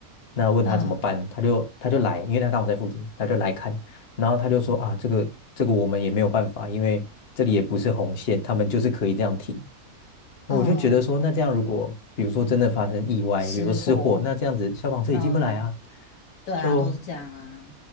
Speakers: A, on the left; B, on the left.
A: 那问他怎么办，
B: 嗯
A: 他就他就来，因为他刚好在附近，他就来看，然后他就说啊，这个这个我们也没有办法，因为这里也不是红线，他们就是可以这样停。我就觉得说，
B: 嗯，
A: 那这样如果比如说真的发生意外，
B: 吃货，
A: 比如说失火，那这样子消防车也进不来啊。
B: 嗯，对啊，
A: 就
B: 都是这样啊，